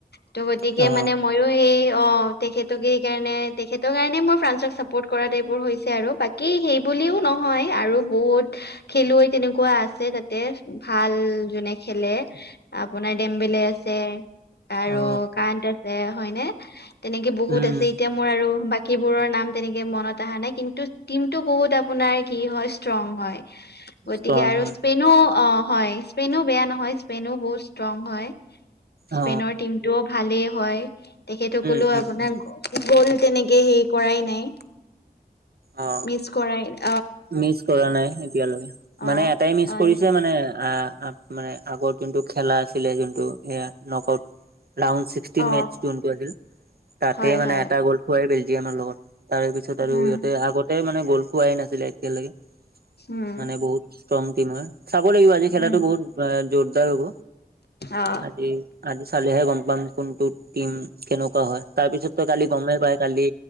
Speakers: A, on the left; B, on the right.
A: ত' গতিকে
B: অ,
A: মানে মই আৰু সেই অ তেখেতে সেই কাৰণে তেখেতৰ কাৰণে মই ফ্ৰান্স ক চাপৰ্ট কৰা টাইপৰ হৈছে আৰু বাকী সেইবোলিও নহয় আৰু বহুত খেলুৱৈ তেনেকুৱা আছে তাতে ভাল জোনে খেলে আপোনাৰ ডেম বেলে আছে আৰু
B: অ,
A: কাইন আছে হয়নে তেনেকে বহুত
B: উম,
A: আছে এতিয়া মোৰ আৰু বাকীবোৰৰ নাম তেনেকে মনত অহা নাই কিন্তু টিমটো বহুত আপোনাৰ কি হয় ষ্ট্ৰং হয় গতিকে
B: ষ্ট্ৰং
A: আৰু
B: হয়,
A: স্পেইনো অ হয় স্পেইনো বেয়া নহয় স্পেনো বহুত ষ্ট্ৰং হয়
B: অ,
A: স্পেনৰ টিম টো ভালেই হয় তেখেত সকলো
B: উম, উম,
A: আপোনাৰ
B: উম,
A: গ'ল তেনেকে হেৰি কৰাই নাই
B: অ,
A: মিচ কৰাই নাই
B: মিচ কৰা নাই এতিয়ালৈকে
A: অ
B: মানে এটাই মিচ
A: হয়
B: কৰিছে মানে আ-আ মানে আগৰ যোনটো খেলা আছিলে যোনটো এয়া নকআউট প্লাওন চি ছিক্সট
A: অ
B: মেটচ যোনটো আছিল তাতে
A: হয়
B: মানে
A: হয়
B: এটা গ'ল খোৱাই বেলজিয়ামৰ লগত তাৰে পিছত
A: উম
B: আৰু ইহঁতে আগতে মানে গ'ল খুৱাই নাছিলে এতিয়ালৈকে
A: উম
B: মানে বহুত ষ্ট্ৰং টিম হয় চাব লাগিব আজি খেলাটো
A: উম
B: বহুত জোৰদাৰ হ'ব।
A: অ
B: আজি আজি চালিহে গম পাম কোনটোত টিম কেনেকুৱা হয় তাৰ পিছত ত' কালি গমেই পাই কালি